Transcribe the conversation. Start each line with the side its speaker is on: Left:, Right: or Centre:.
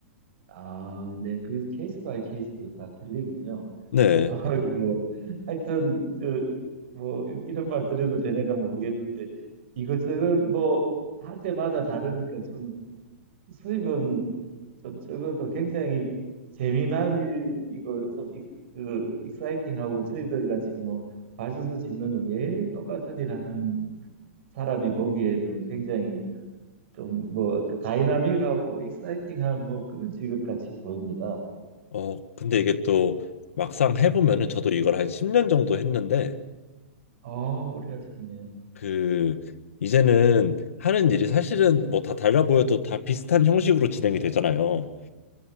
Right: 아, 네. 그 케이스 바이 케이스로 다 틀리군요.
Left: 네.
Right: <laughs> 아이고, 뭐. 하여튼, 저, 뭐, 이- 이런 말 드려도 되는가 모르겠는데, 이것저것 뭐, 할 때마다 다르니까 좀 수입은 좀 적어도 굉장히 재미난 일이고, 좀, 익, 그, 익사이팅하고, 저희들 같이 뭐, 발전소 짓는 거 매일 똑같은 일 하는 사람이 보기에는 굉장히 좀 뭐, 그 다이나믹하고, 익사이팅한 뭐 그런 직업 같이 보입니다.
Left: 어 근데 이게 또 막상 해보면은
Right: 네.
Left: 저도 이걸 한 10년 정도 했는데
Right: 아, 오래 하셨네요.
Left: 그 이제는 하는 일이 사실은 뭐 다 달라 보여도 다 비슷한 형식으로 진행이 되잖아요.